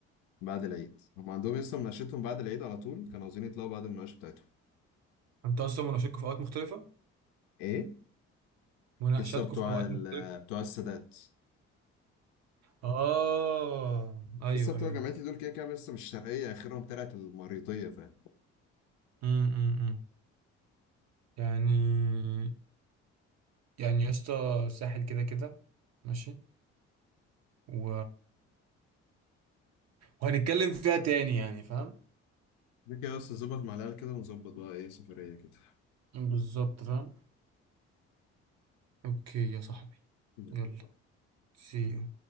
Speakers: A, on the left; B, on the right.
A: بعد العيد هم عندهم لسه مناقشتهم بعد العيد على طول كانوا عاوزين يطلعوا بعد المناقشه بتاعتهم
B: انتوا اصلا مناقشاتكم في اوقات مختلفة
A: ايه
B: مناقشاتكم
A: لسه بتوع
B: في اوقات
A: ال...
B: مختلفة
A: بتوع السادات
B: اه ايوه
A: لسه بتوع
B: ايوه
A: جامعتي دول كده كده لسه مش شرقية آخرهم طلعت المريطية فاهم
B: امم امم يعني يعني يا اسطى الساحل كده كده ماشي و... وهنتكلم فيها تاني يعني فاهم
A: كده كده بس نظبط مع العيال كده ونظبط بقى إيه سفرية كده
B: بالظبط فاهم اوكي يا صاحبي
A: <laughs>
B: يلا سي